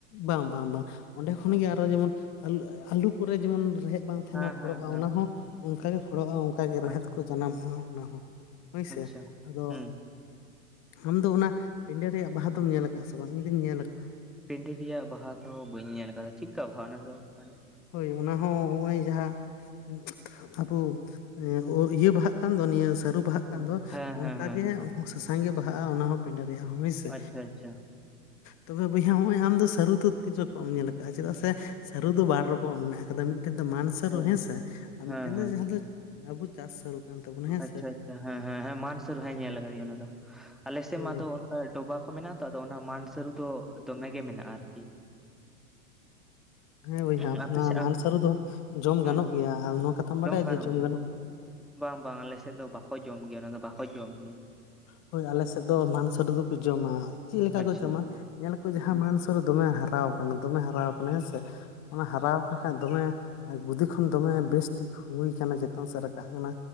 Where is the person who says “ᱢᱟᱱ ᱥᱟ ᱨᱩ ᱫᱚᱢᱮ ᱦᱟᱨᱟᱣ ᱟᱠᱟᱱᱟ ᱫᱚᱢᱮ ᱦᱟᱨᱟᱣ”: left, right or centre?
Left